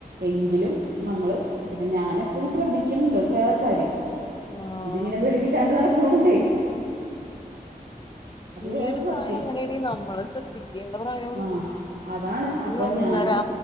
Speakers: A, on the right (about 80°); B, on the left (about 30°).
A: എങ്കിലും നമ്മള് പിന്നെ ഞാനും എപ്പോഴും ശ്രദ്ധിക്കണുണ്ട് വേറെ കാര്യം
B: ആഹ്
A: ഇതിങ്ങനെ വെളിവില്ലാണ്ട് നടക്കണോണ്ടേ
B: ഈ
A: വേറൊരു
B: ഒരു പ്രായം
A: സത്യം
B: അങ്ങനെയടി നമ്മള് ശ്രദ്ധിക്കേണ്ട പ്രായമാണിത്
A: ആ അതാണ്
B: ഇനി
A: അപ്പം
B: ഒന്നരാ
A: ഞാൻ